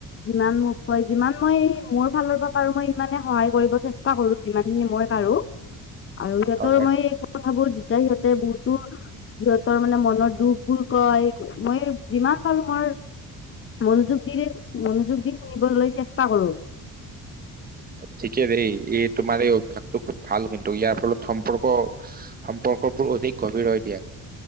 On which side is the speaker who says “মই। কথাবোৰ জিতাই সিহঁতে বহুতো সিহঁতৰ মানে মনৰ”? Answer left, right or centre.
Left